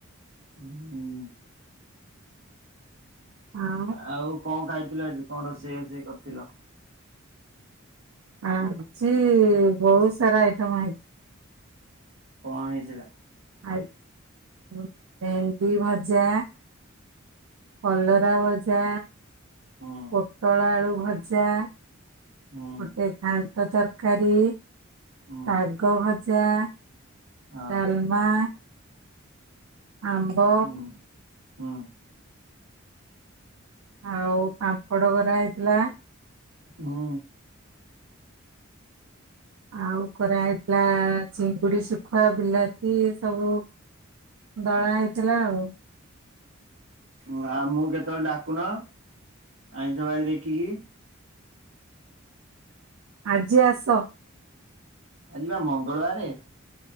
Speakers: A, on the right (about 65°); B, on the right (about 85°).
A: ଉଁ ହୁଁ।
B: ଆଉ
A: ଆଉ କଣ ଖାଇଥିଲ ଆଜି କଣ ରୋଷେଇ ବାସେଇ କରିଥିଲ।
B: ଆଜି ବହୁତ ସାରା ଆଇଟମ୍ ହେଇ
A: କଣ ହେଇଥିଲା।
B: ଆ ଉଁ ଭେଣ୍ଡି ଭଜା। କଲରା ଭଜା
A: ହୁଁ
B: ପୋଟଳ ଆଳୁ ଭଜା।
A: ହୁଁ
B: ଗୋଟେ ଘାଣ୍ଟ ତରକାରୀ ଶାଗ
A: ହୁଁ
B: ଭଜା।
A: ହଁ
B: ତାଲମା। ଆମ୍ବ।
A: ହୁଁ ହୁଁ
B: ଆଉ ପାମ୍ପଡ କରା ହେଇଥିଲା।
A: ହଁ।
B: ଆଉ କରା ହେଇଥିଲା ଚିଙ୍ଗୁଡି ସୁ ଖୁଆ ବିଲାତି ଏ ସବୁ ଦଳା ହେଇଥିଲା ଆଉ।
A: ଉଁ ଆମୁକୁ କେତେବେଳେ ଡାକୁନ ଆଇଁଷ ବାରି ଦେଖିକି।
B: ଆଜି ଆସ।
A: ଆଜି ବା ମଙ୍ଗଳବାରେ।